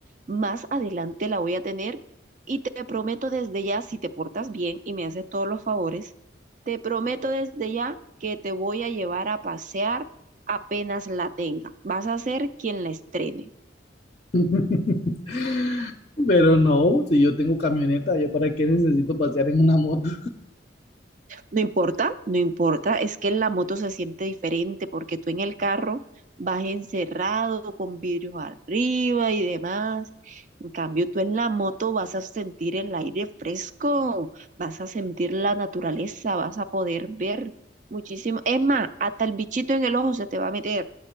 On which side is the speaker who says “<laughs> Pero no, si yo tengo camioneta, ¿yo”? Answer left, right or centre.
Left